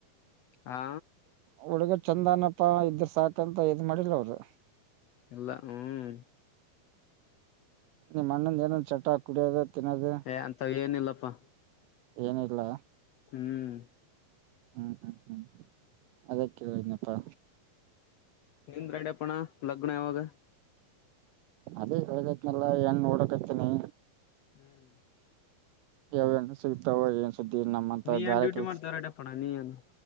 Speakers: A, on the left; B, on the right.
A: ಹಾ
B: ಅವ್ರ <unintelligible> ಚಂದನಪ್ಪಾ ಇದ್ರ ಸಾಕಂತ ಇದ್ ಮಾಡಿಲ್ಲ ಅವರು.
A: ಈಲ್ಲ ಹ್ಮ್.
B: ನಿಮ್ಮ ಅಣ್ಣಂದಏನೊಂದ ಚಟ್ ಕುಡಿಯೋದ. ತಿನ್ನೋದು
A: ಏ ಅಂತ ಏನಿಲ್ಲಪ್ಪಾ.
B: ಏನ ಇಲ್ಲ.
A: ಹ್ಮ್
B: ಹ್ಮ್ ಹ್ಮ್ ಹ್ಮ್ ಅದ ಕೇಳಿದನಪ್ಪಾ.
A: ನಿಂದ್ರ ಎಡ್ಯಪ್ಪಣ ಲಗ್ನ ಯಾವಾಗ.
B: ಅದೇ ಹಗೈತ್ನಲ್ಲ ಏನ್ ನೋಡಕತನಿ.
A: ಹ್ಮ್
B: <inaudible> ಸಿಕ್ತವ ಏನು. ನಮ್ಮಂತ
A: ನೀ
B: ಗಾರೆ
A: ಏನ್ ಡ್ಯೂಟಿ
B: ಕೆಲ್ಸ
A: ಮಾಡ್ತೇವ ರೆಡ್ಯಪ್ಪಣ ನೀ ಏನ್